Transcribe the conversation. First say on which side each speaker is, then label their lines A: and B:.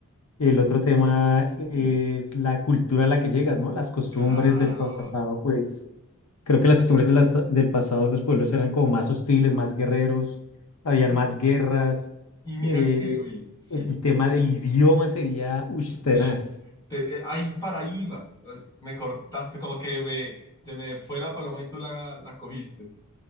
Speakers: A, on the left; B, on the left.
A: El otro tema es
B: Sí,
A: la cultura a la que llegas, ¿no? Las costumbres
B: claro.
A: del pasado, pues Creo que las costumbres de las- del pasado, los pueblos eran como más hostiles, más guerreros, habían
B: Y,
A: más guerras.
B: y mira
A: eh,
B: que, uy, sí.
A: el tema del idioma sería ush, tenaz.
B: Ush, te- eh, ahí para ahí iba. Eh, Me cortaste, como que me, se me fue la paloma y tú la, la cogiste.